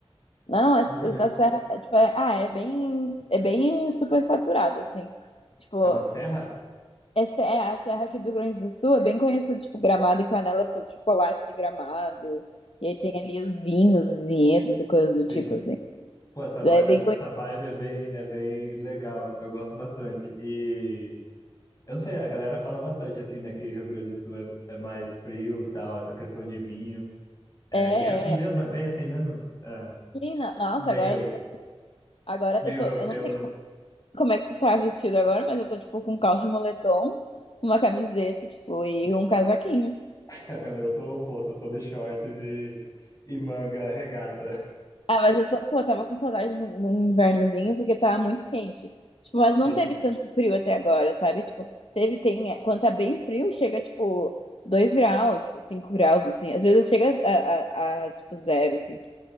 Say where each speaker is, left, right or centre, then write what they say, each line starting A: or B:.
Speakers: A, on the left; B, on the left.
A: não, é,
B: Nunca vi.
A: da Serra, é, tipo, é, ah, é bem, é bem superfaturado, assim. Tipo,
B: É uma serra?
A: é, se- é a Serra aqui do Rio Grande do Sul é bem conhecida, tipo, Gramado e Canela pelo chocolate de Gramado, e aí tem ali os vinhos, os vinhedos e coisas do
B: Sim.
A: tipo, assim.
B: Pô, essa vibe,
A: É bem
B: essa vibe é bem, é bem legal. Eu gosto bastante. E. Eu não sei, a galera fala bastante assim, né? Que Rio Grande do Sul é, é mais frio e tal, essa questão de vinho. É,
A: É,
B: e é assim mesmo,
A: é.
B: é bem assim mesmo. É.
A: Sim, no- nossa,
B: meio,
A: agora, tu tá- agora
B: meio
A: eu tô.
B: europeu,
A: Eu não sei
B: né?
A: co- como é que tu tá vestido agora, mas eu tô, tipo, com um calço de moletom, uma camiseta, tipo, e um casaquinho.
B: <laughs> Cara, eu tô oposto, eu tô de shorts e, e manga regata.
A: Ah, mas eu, tô, pô, eu tava com saudade num num invernozinho, porque tava muito quente. Tipo, mas não
B: Sim,
A: teve tanto frio até agora, sabe? Tipo, teve, tem. é, Quando tá bem frio, chega, tipo, 2 graus, 5 graus, assim. Às vezes chega a, a, a, tipo, zero, assim,